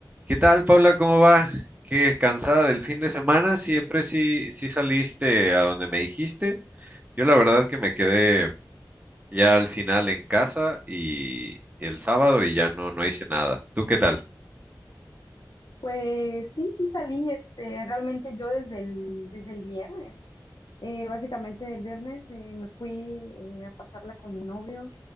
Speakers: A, on the right (about 20°); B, on the left (about 70°).
A: ¿Qué tal, Paula? ¿Cómo va? ¿Qué cansada del fin de semana? Siempre sí, sí saliste a donde me dijiste. Yo la verdad que me quedé ya al final en casa y y el sábado y ya no, no hice nada. ¿Tú qué tal?
B: Pues sí, sí salí, este, realmente yo desde el, desde el viernes, eh, básicamente el viernes eh, me fui eh, a pasarla con mi novio.